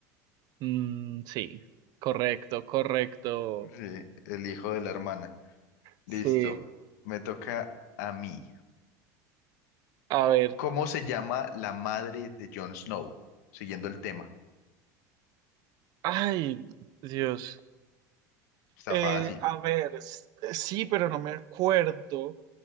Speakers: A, on the right; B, on the left.
A: Mm, sí, correcto, correcto.
B: sí, el hijo de la hermana. Listo,
A: Sí.
B: me toca a mí.
A: A ver.
B: ¿Cómo se llama la madre de Jon Snow? Siguiendo el tema.
A: Ay, Dios.
B: Está
A: Eh,
B: fácil,
A: a ver, s- sí, pero no me acuerdo.